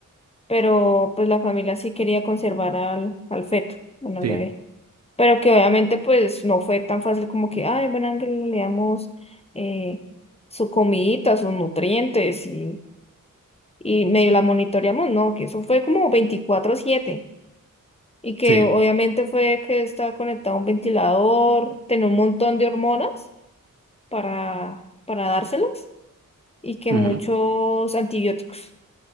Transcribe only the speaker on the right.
Sí,
sí.
Ajá.